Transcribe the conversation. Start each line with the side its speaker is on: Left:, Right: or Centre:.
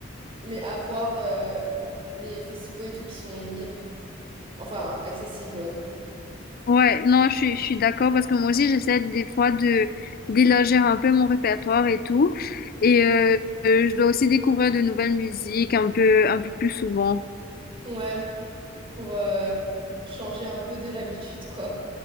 Right: Mais avoir euh, les festivals et tout qui sont libres. Enfin, accessibles, ouais.
Left: Ouais, non, je suis, je suis d'accord parce que moi aussi, j'essaie des fois de d'élargir un peu mon répertoire et tout. Et euh, euh, je dois aussi découvrir de nouvelles musiques un peu, un peu plus souvent.
Right: Ouais, pour euh, changer un peu de l'habitude, quoi.